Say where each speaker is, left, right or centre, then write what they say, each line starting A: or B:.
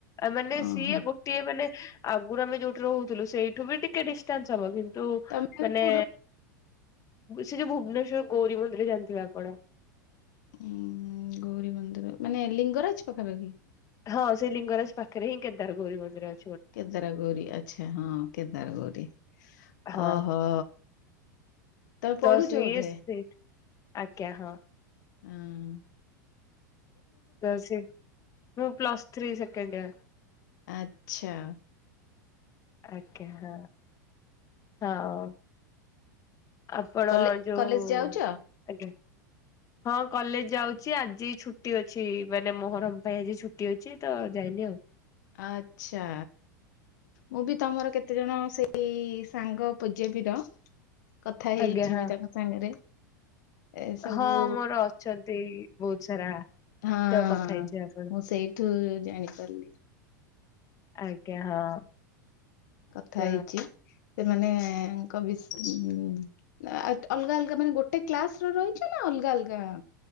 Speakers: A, on the left (about 35°); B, on the left (about 70°).
A: ଆ ମାନେ
B: ଓହୋ।
A: ସିଏ ଗୋ ଟିକେ ମାନେ ଆଗରୁ ଆମେ ଯୋଉଠି ରହୁଥିଲୁ ସେଇଠୁ ବି ଟିକେ ଡିଷ୍ଟାନ୍ସ ହବ କିନ୍ତୁ
B: ତମେ ଏବେ
A: ମାନେ
B: କୋଉଠି ରହୁ
A: ସେ ଯୋଉ ଭୁବନେଶ୍ଵର ଗୌରୀ ମନ୍ଦିରରେ ଜାଣିଥିବେ ଆପଣ।
B: ଉୁଁ ଗୌରୀ ମନ୍ଦିର ମାନେ ଲିଙ୍ଗରାଜ ପାଖାପାଖି।
A: ହଁ ସେ ଲିଙ୍ଗରାଜ ପାଖରେ ହିଁ କେଦାର ଗୌର ମନ୍ଦିର ଅ
B: କେଦାର ଗୌରୀ ଆଛା ହଁ କେଦାର ଗୌରୀ
A: ହଁ।
B: ଓହୋ। ତମେ
A: ତ
B: ପଢୁଛ
A: ସିଏ
B: ବୋଧେ।
A: ସେ ଆଜ୍ଞା ହଁ।
B: ଆଁ।
A: ତ ସେ ମୁଁ ପ୍ଲସ ଥ୍ରୀ ସେକେଣ୍ଡୟର।
B: ଆଛା।
A: ଆଜ୍ଞା ହଁ ହଁ। ଆପଣ
B: କଲେ
A: ଯୋଉ
B: କଲେଜ ଯାଉଛ?
A: ଆଜ୍ଞା। ହଁ କଲେଜ ଯାଉଛି ଆଜି ଛୁଟି ଅଛି ମାନେ ମୋହରମ ପାଇଁ ଆଜି ଛୁଟି ଅଛି ତ ଯାଇନି ଆଉ।
B: ଆଛା। ମୁଁ ବି ତମର କେତେ ଜଣ ସେଇ ସାଙ୍ଗ ପୂଜ୍ୟପିର କଥା ହେଇଛି
A: ଆଜ୍ଞା ହଁ
B: ବି ତାଙ୍କ ସାଙ୍ଗରେ। ଏ ସବୁ
A: ହଁ ମୋର ଅଛନ୍ତି ବହୁତ ସାରା।
B: ହଁ
A: ତ କଥା ହେଇଥିବେ ଆପଣ।
B: ମୁଁ ସେଇଠୁ ଜାଣିପାରିଲି।
A: ଆଜ୍ଞା ହଁ।
B: କଥା
A: ତ
B: ହେଇଛି ସେମାନେଙ୍କ ଭି ଆ ଅଲଗା ଅଲଗା ମାନେ ଗୋଟେ କ୍ଲାସ ର ରହୁଛ ନା ଅଲଗା ଅଲଗା।